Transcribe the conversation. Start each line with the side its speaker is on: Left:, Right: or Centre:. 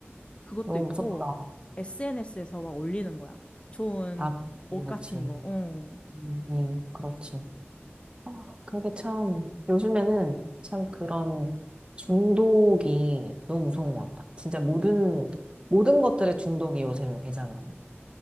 Left: 그것도
Right: 너무
Left: 있고
Right: 무섭다.
Left: SNS에서 막 올리는 거야. 좋은
Right: 아,
Left: 옷
Right: 그렇지.
Left: 같은 거. 응.
Right: 음, 음, 그렇지. 아, 그게 참, 요즘에는 참 그런 중독이 너무 무서운 것 같아. 진짜 모든, 모든 것들의 중독이 요새는 되잖아.